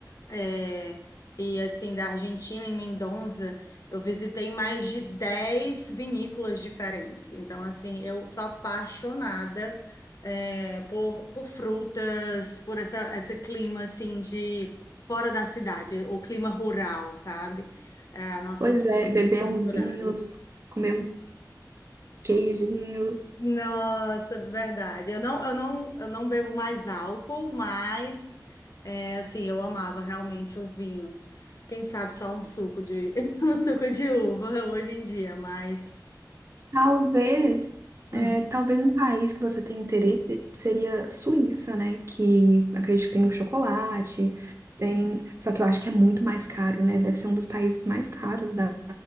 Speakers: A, on the left; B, on the right.
A: é, e assim, da Argentina, em Mendoza, eu visitei mais de 10 vinícolas diferentes. Então, assim, eu sou apaixonada, é, por, por frutas, por essa, esse clima, assim, de fora da cidade, o clima rural, sabe? É, nossas
B: Pois é, beber
A: naturais.
B: uns vinhos, comer uns queijinhos.
A: Nossa, verdade. Eu não, eu não, eu não bebo mais álcool, mas é, assim, eu amava realmente o vinho. Quem sabe só um suco de <laughs> um suco de uva hoje em dia, mas
B: Talvez,
A: Uhum.
B: é, talvez um país que você tem interesse seria Suíça, né? Que acredito que tem um chocolate, tem. Só que eu acho que é muito mais caro, né? Deve ser um dos países mais caros da,